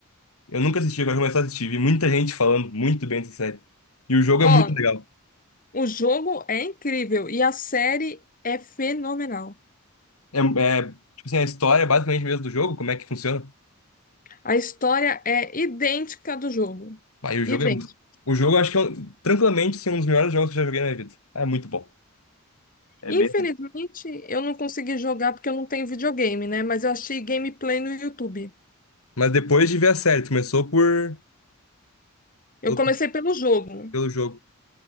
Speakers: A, on the left (about 80°); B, on the left (about 40°).
A: Eu nunca assisti, eu quero começar a assistir. Vi muita gente falando muito bem dessa série. E o jogo
B: Ó,
A: é muito legal.
B: o jogo é incrível e a série é fenomenal.
A: É, é, tipo assim, a história é basicamente mesmo do jogo, como é que funciona.
B: A história é idêntica do jogo.
A: Aí o
B: Idêntica.
A: jogo é. mu- O jogo eu acho que é um- tranquilamente assim, um dos melhores jogos que eu já joguei na minha vida. Ah, É muito bom. É
B: Infelizmente,
A: bem.
B: eu não consegui jogar porque eu não tenho videogame, né? Mas eu achei gameplay no YouTube.
A: Mas depois de ver a série, tu começou por
B: Eu
A: o-
B: comecei pelo jogo.
A: pelo jogo.